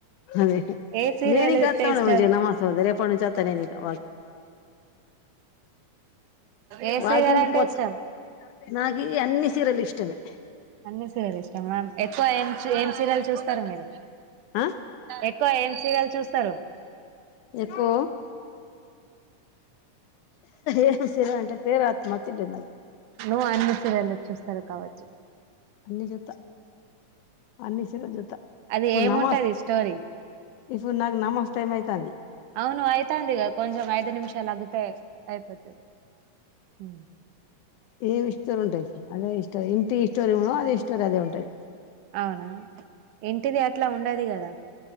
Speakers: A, on the left; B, on the right.
A: హదే అహ్
B: ఏ సీరియల్
A: నేనింకొత్త
B: అంటే ఇష్టం
A: నమాజ్ చదివి రేపట్నుంచి వత్తా నేనిగా
B: ఏ
A: వాకింగ్
B: సీరియల్ అంటే
A: పోత
B: ఇష్టం
A: నాకీ అన్ని సిరలు ఇష్టమే
B: అన్ని సీరియల్ ఇష్టం మ్యామ్ ఎక్కువ ఏం చీ ఏం చీరియలు చూస్తారు మీరు
A: ఆ
B: ఎక్కువ ఏం సీరియల్ చూస్తరు
A: ఎకొ ఏం సీరెల్ అంటే పేరత్ మతి లే నాకు
B: నువ్వు అన్ని సీరియళ్లు చూస్తారు కావచ్చు
A: అన్ని జత అన్ని సీరెల్ జూత
B: అది
A: ఇప్పుడు
B: ఏముంటది
A: నమస్
B: స్టోరీ
A: ఇప్పుడు నాకు నమాస్ టైం అయితాంది
B: అవును అయితాంది గ కొంచెం ఐదు నిమిషాలు అగుతే అయిపోతది ఉమ్
A: ఏమి స్టోరీ ఉంటది అదే ఇష్ట ఇంటి స్టోరీ అది స్టోరీ అదే ఉంటది
B: అవునా ఇంటిది అట్లా ఉండది కదా